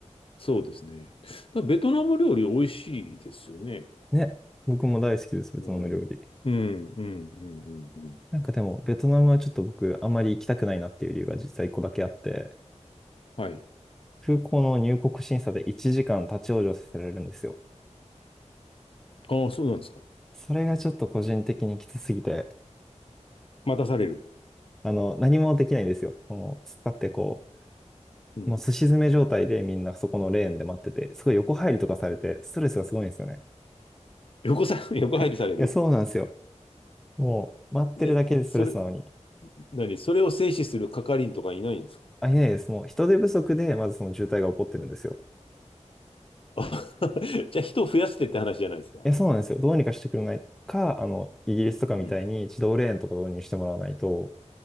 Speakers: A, on the left; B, in the centre.
A: そうですね。だからベトナム料理美味しいですよね。
B: ね。僕も大好きです、ベトナム料理。
A: うん。うん、うん、うん、うん、うん。
B: なんかでも、ベトナムはちょっと僕、あまり行きたくないなっていう理由が実際一個だけあって、
A: はい。
B: 空港の入国審査で1時間立ち往生させられるんですよ。
A: ああ、そうなんですか。
B: それがちょっと個人的にきつすぎて、
A: 待たされる。
B: あの、何もできないんですよ。もう、突っ立ってこ
A: うん。
B: う、もうすし詰め状態でみんなそこのレーンで待ってて、すごい横入りとかされて、ストレスがすごいんですよね。
A: 横さ、<laughs> 横入りされる
B: いや、そうなんですよ。もう、待ってるだけでストレスなのに。
A: で、それ、何それを制止する係員とかいないんですか
B: あ、いないです。もう、人手不足で、まずその渋滞が起こってるんですよ。
A: うん。あ <laughs> じゃあ人を増やしてって話じゃないですか。
B: いや、そうなんですよ。どうにかしてくれないか、あの、イギリスとかみたいに自動レーンとか導入してもらわないと、
A: うん。